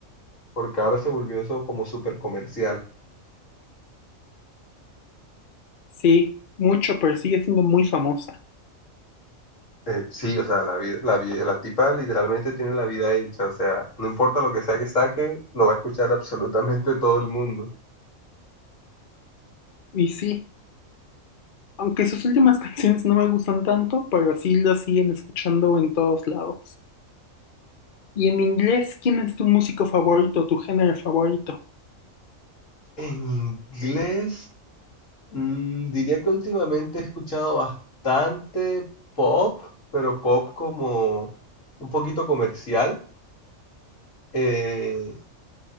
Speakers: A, on the left; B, on the left.
A: porque ahora se volvió eso como súper comercial.
B: Sí, mucho, pero sigue siendo muy famosa.
A: Eh, sí, o sea, la vida, la vida, la tipa literalmente tiene la vida hecha, o sea, no importa lo que sea que saque, lo va a escuchar absolutamente todo el mundo.
B: Y sí, aunque sus últimas <laughs> canciones no me gustan tanto, pero sí las siguen escuchando en todos lados. Y en inglés, ¿quién es tu músico favorito, tu género favorito?
A: En inglés. Mm, diría que últimamente he escuchado bastante pop, pero pop como un poquito comercial, eh,